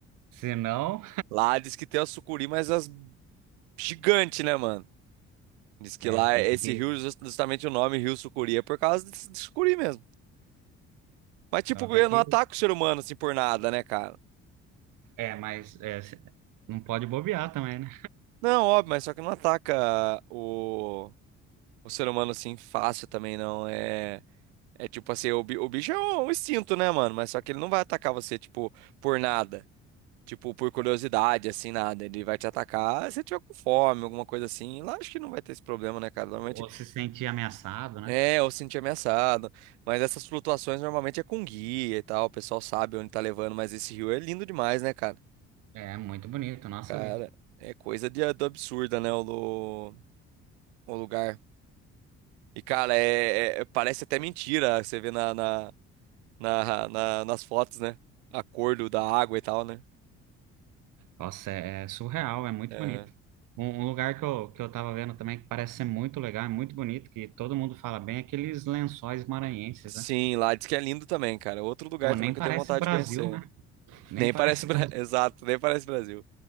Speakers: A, on the right (about 75°); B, on the right (about 85°).
A: se não,
B: Lá diz que tem as sucuri, mas as gigantes, né, mano? Diz que
A: é,
B: lá
A: tem
B: esse
A: que.
B: rio, just- justamente o nome Rio Sucuri, é por causa de, de sucuri mesmo. Mas, tipo,
A: Então tem
B: eu
A: que.
B: não ataco o ser humano assim por nada, né, cara?
A: É, mas é, se- não pode bobear também, né?
B: Não, óbvio, mas só que não ataca o, o ser humano assim fácil também, não. É, é tipo assim, o, bi- o bicho é um, um instinto, né, mano? Mas só que ele não vai atacar você, tipo, por nada. Tipo, por curiosidade, assim, nada. Ele vai te atacar se você tiver com fome, alguma coisa assim. Lá acho que não vai ter esse problema, né, cara? Normalmente
A: Ou se sentir ameaçado, né?
B: É, eu sentir ameaçado. Mas essas flutuações normalmente é com guia e tal. O pessoal sabe onde tá levando, mas esse rio é lindo demais, né, cara?
A: É muito bonito, nossa
B: Cara,
A: vida.
B: é coisa de, do absurda, né, o, lu- o lugar. E, cara, é, é- é, parece até mentira. Você vê na, na, na- na- nas fotos, né? A cor do, da água e tal, né?
A: Nossa, é, é surreal, é muito
B: Aham.
A: bonito. Um, um lugar que eu, que eu tava vendo também que parece ser muito legal, é muito bonito, que todo mundo fala bem, é aqueles lençóis maranhenses,
B: Sim,
A: né?
B: lá diz que é lindo também, cara. Outro lugar
A: Pô,
B: também
A: nem
B: que
A: parece
B: eu tenho vontade
A: Brasil,
B: de conhecer.
A: né? Nem
B: Nem
A: parece
B: parece... Bra-
A: Brasil.
B: <laughs> Exato, nem parece Brasil.